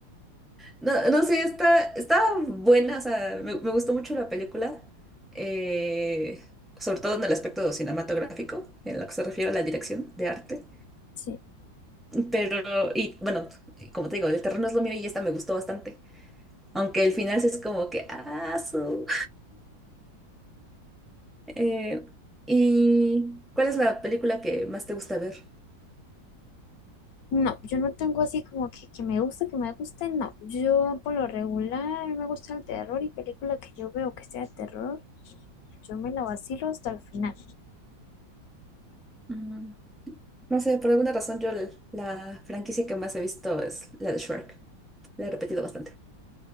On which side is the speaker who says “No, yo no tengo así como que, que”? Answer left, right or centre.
Left